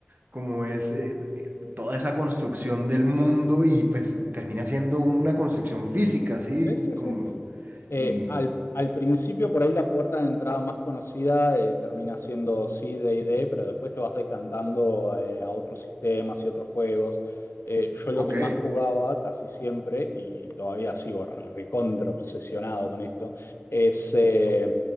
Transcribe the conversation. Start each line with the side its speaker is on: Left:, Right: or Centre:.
Right: como es eh, eh, toda esa construcción del mundo y pues termina siendo una construcción física, así
Left: Sí, sí,
Right: como,
Left: sí. Eh,
Right: mm,
Left: al, al principio, por ahí la puerta de entrada más conocida eh, termina siendo sí, D&D, pero después te vas decantando eh, a otros sistemas y otros juegos. Eh, yo lo
Right: ok,
Left: que más jugaba casi siempre, y, y todavía sigo recontra obsesionado con esto, es eh,